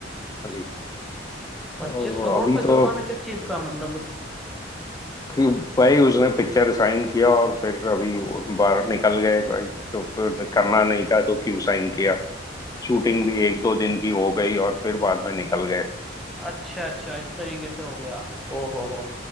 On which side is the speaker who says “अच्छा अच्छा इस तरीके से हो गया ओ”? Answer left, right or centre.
Centre